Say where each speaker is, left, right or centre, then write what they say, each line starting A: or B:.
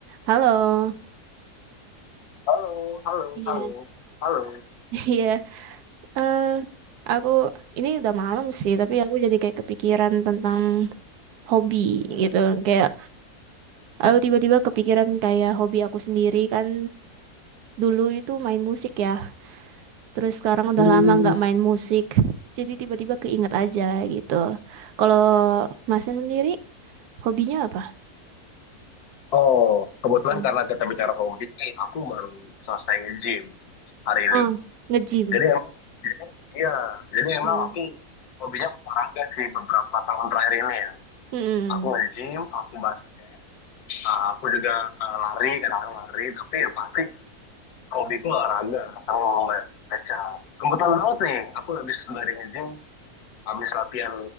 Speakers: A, on the right (about 85°); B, on the left (about 80°).
A: Halo,
B: Halo, halo,
A: iya,
B: halo, halo.
A: <laughs> iya. Eh, aku ini udah malam sih, tapi aku jadi kayak kepikiran tentang hobi gitu. Kayak aku tiba-tiba kepikiran kayak hobi aku sendiri kan dulu itu main musik ya. Terus sekarang udah
B: Hmm.
A: lama nggak main musik. Jadi tiba-tiba keinget aja gitu. Kalau masnya sendiri hobinya apa?
B: Oh, kebetulan
A: Hmm.
B: karena kita bicara hobi nih, aku baru selesai nge-gym hari
A: Oh,
B: ini.
A: nge-gym.
B: Jadi emang, jadi, iya, jadi emang
A: Hmm.
B: aku hobinya olahraga sih beberapa tahun terakhir ini ya.
A: Mm-mm.
B: Aku nge-gym, aku basket, uh, aku juga uh, lari, kadang-kadang lari, tapi yang pasti hobiku olahraga sama membaca. Kebetulan banget nih, aku habis dari nge-gym, habis latihan